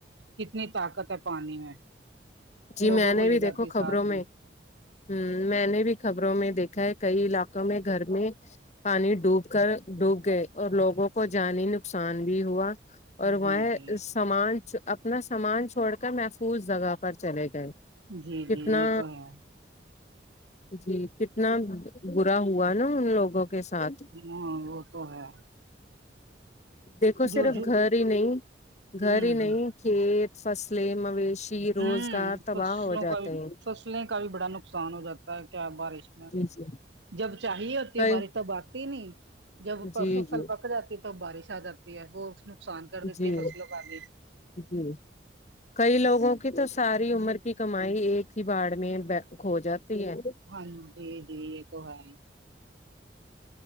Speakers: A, on the right (about 80°); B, on the left (about 40°).
A: کتنی طاقت ہے پانی میں
B: جی
A: لوگوں
B: میں
A: کو
B: نے
A: لے
B: بھی
A: جاتی
B: دیکھو
A: ساتھ
B: خبروں میں ہوں میں نے بھی خبروں میں دیکھا ہے کئی علاقوں میں گھر میں پانی ڈوب کر ڈوب گئے اور لوگوں کو جانی نقصان بھی ہوا اور
A: جی
B: وہیں
A: جی
B: سامان اپنا سامان چھوڑ کر محفوظ جگہ پر چلے گئے
A: جی جی
B: کتنا
A: یہ تو ہے
B: جی کتنا برا ہوا نا ان لوگوں کے ساتھ
A: ہاں وہ تو ہے
B: دیکھو
A: جو
B: صرف
A: جو
B: گھر ہی نہیں گھر
A: ہوں
B: ہی
A: ہ
B: نہیں کھیت فصلیں مویشی
A: ہوں
B: روزگار تباہ
A: فصلوں
B: ہو جاتے
A: کا بھی
B: ہیں
A: فصلیں کا بھی بڑا نقصان ہو جاتا ہے کیا بارش
B: جی جی
A: جب چاہیے ہوتی
B: کئی
A: ہے بارش تب آتی نہیں جب فصل
B: جی جی
A: پک جاتی تو بارش آ جاتی ہے وہ نقصان کر دیتی
B: جی
A: ہے فصلوں کا بھی
B: جی کئی لوگوں کی تو ساری عمر کی کمائی ایک ہی باڑ میں کھو جاتی ہے
A: ہاں جی جی یہ تو ہے ہی